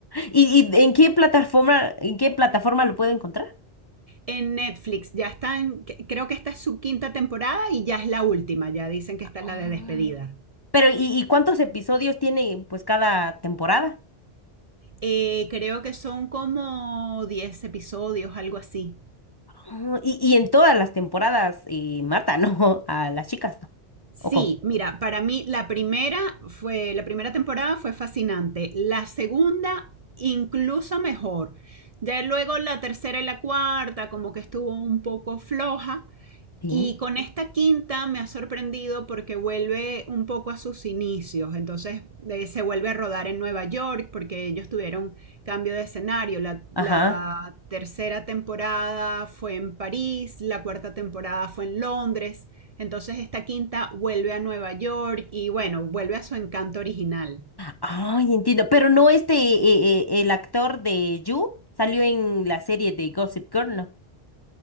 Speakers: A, on the left; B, on the right.
A: ¿Y, y en qué plataforma, en qué plataforma lo puedo encontrar?
B: En Netflix ya están, que- creo que esta es su quinta temporada y ya es la última, ya dicen que esta
A: Ah.
B: es la de despedida.
A: Pero, ¿y, y cuántos episodios tiene pues cada temporada?
B: Eh, creo que son como 10 episodios, algo así.
A: Oh, y, y en todas las temporadas eh, matan, ¿no? <laughs> A las chicas, ¿no?
B: Sí,
A: ¿O cómo?
B: mira, para mí la primera fue, la primera temporada fue fascinante. La segunda, incluso mejor. Ya luego la tercera y la cuarta, como que estuvo un poco floja.
A: Sí.
B: Y con esta quinta me ha sorprendido porque vuelve un poco a sus inicios, entonces eh, se vuelve a rodar en Nueva York porque ellos tuvieron cambio de escenario. La, la
A: Ajá.
B: tercera temporada fue en París, la cuarta temporada fue en Londres, entonces esta quinta vuelve a Nueva York y bueno, vuelve a su encanto original.
A: Ay, entiendo. Pero no este, eh, eh, el actor de Yu salió en la serie de Gossip Girl, ¿no?